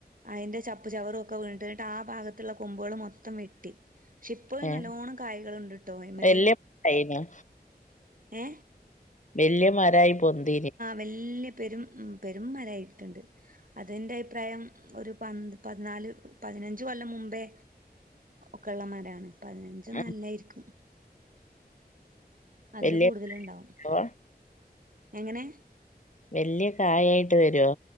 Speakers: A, on the right; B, on the left.
A: അതിന്റെ ചപ്പ് ചവറും ഒക്കെ വീ കിട്ട് ആ ഭാഗത്തുള്ള കൊമ്പുകൾ മൊത്തം വെട്ടി പക്ഷെ ഇപ്പോ
B: ഏഹ്
A: നല്ലോണം കായ്കൾണ്ട്ട്ടോ ഇമല്
B: വല്യ കായിനോ
A: ഏ
B: വല്യമാരായി പൊന്തിന്
A: വലിയ പെരും പെരുംമരായിട്ടുണ്ട് അതെന്റെ അഭിപ്രായം ഒരു പ പതിനാല് പതിനഞ്ച് കൊല്ലം മുമ്പേ ഒക്കെള്ളമരാണ് പതിനഞ്ചും
B: ആഹ്
A: നല്ലായിരിക്കും അതില്
B: വല്യ
A: കൂടുതല ഉണ്ടാവും
B: പ്പ
A: എങ്ങനെ
B: വലിയ കായായിട്ട് വരുവോ